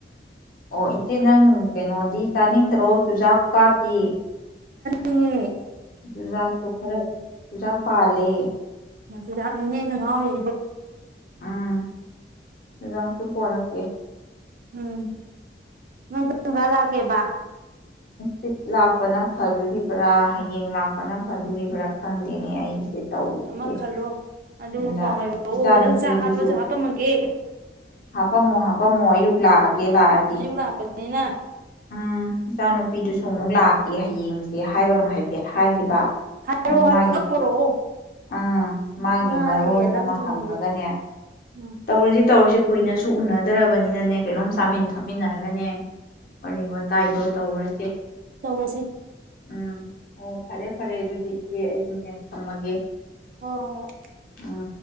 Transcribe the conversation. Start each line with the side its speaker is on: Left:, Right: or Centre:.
Left: ꯑꯣ ꯏꯆꯦ ꯅꯪ ꯀꯩꯅꯣꯗꯤ ꯆꯥꯅꯤꯡꯗ꯭ꯔꯣ ꯆꯨꯖꯥꯛ ꯀꯥꯇꯤ
Right: ꯆꯦ
Left: ꯆꯨꯖꯥꯛꯁꯨ ꯈꯔ ꯆꯖꯥꯛ ꯄꯥꯂꯦ
Right: ꯃꯁꯗ ꯅꯅꯦꯅ ꯉꯎꯗꯦ
Left: ꯎꯝ ꯆꯗꯥꯛꯁꯨ ꯄꯨꯣꯔꯛꯀꯦ
Right: ꯎꯝ ꯉꯒꯂ ꯀꯦꯕꯥ
Left: ꯆꯤꯞ ꯂꯥꯛꯄꯅ ꯐꯗꯣꯔꯤꯕ꯭ꯔꯥ ꯍꯌꯦꯡ ꯂꯥꯛꯄꯅ ꯐꯗꯣꯔꯤꯕ꯭ꯔꯥ ꯐꯪꯗꯦꯅꯦ ꯑꯩꯁꯦ ꯇꯧꯔꯤꯁꯦ
Right: ꯑꯃ ꯈꯜꯂꯣ ꯑꯗꯨꯒ
Left: ꯑꯗ
Right: ꯄꯥꯎ ꯍꯥꯏꯔꯛꯑꯣ
Left: ꯏꯆꯥ
Right: ꯑꯣ
Left: ꯅꯨꯨꯄꯤꯗꯨꯁꯨ
Right: ꯅꯪ ꯆꯥꯛ ꯍꯥꯞꯄꯁꯨ ꯍꯥꯞꯄꯝꯃꯒꯦ
Left: ꯍꯥꯄꯝꯃꯣ ꯍꯥꯄꯝꯃꯣ ꯑꯌꯨꯛ ꯂꯥꯛꯑꯒꯦ ꯂꯥꯛꯑꯗꯤ
Right: ꯑꯌꯨꯛ ꯂꯥꯛꯄ ꯑꯩꯅ
Left: ꯎꯝ ꯏꯆꯥ ꯅꯨꯨꯄꯤꯗꯨꯁꯨ ꯑꯃꯨꯛ ꯂꯥꯛꯀꯦ ꯍꯌꯦꯡꯁꯦ ꯍꯥꯏꯕ ꯑꯃ ꯍꯥꯏꯐꯦꯠ ꯍꯥꯏꯈꯤꯕ
Right: ꯍꯥꯏꯔꯛꯑꯣ
Left: ꯑꯗꯨ
Right: ꯍꯥꯏꯔꯣ
Left: ꯃꯥꯒꯤ
Right: ꯄꯨꯂꯞ ꯄꯨꯔꯛꯑꯣ
Left: ꯑꯥ ꯃꯥꯒꯤ
Right: ꯉꯥꯔ
Left: ꯃꯔꯣꯟ
Right: ꯌꯦꯜꯂ
Left: ꯑꯃ
Right: ꯊꯣꯡꯉꯒꯦ
Left: ꯍꯪꯉꯒꯅꯦ
Right: ꯎꯝ
Left: ꯇꯧꯔꯁꯤ ꯇꯧꯔꯁꯤ ꯀꯨꯏꯅꯁꯨ ꯎꯅꯗ꯭ꯔꯔꯕꯅꯤꯅ ꯅꯦꯛ ꯀꯩꯅꯣꯝ ꯆꯥꯃꯤꯟ ꯊꯥꯃꯤꯟꯅꯔꯒ <unintelligible> ꯋꯥꯔꯤ ꯋꯇꯥꯏ ꯀꯥꯏꯗꯣ ꯇꯧꯔꯁꯦ
Right: ꯇꯧ ꯔꯁꯤ
Left: ꯎꯝ ꯑꯣ ꯐꯔꯦ ꯐꯔꯦ ꯑꯗꯨꯗꯤ ꯏꯆꯦ ꯑꯩꯁꯨꯅꯦ ꯊꯝꯃꯒꯦ
Right: ꯍꯣ ꯍꯣꯏ
Left: ꯎꯝ